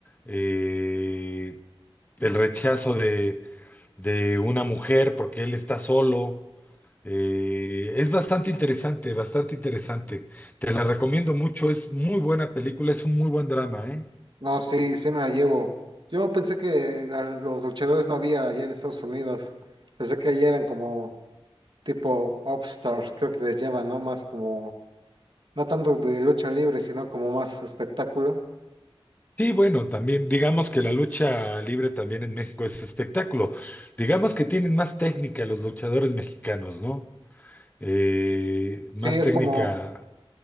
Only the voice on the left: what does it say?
eh, el rechazo de, de una mujer porque él está solo. Eh, es bastante interesante, bastante interesante. Te la recomiendo mucho, es muy buena película, es un muy buen drama, ¿eh?
Sí, bueno, también digamos que la lucha libre también en México es espectáculo. Digamos que tienen más técnica los luchadores mexicanos, ¿no? Eh, más
técnica.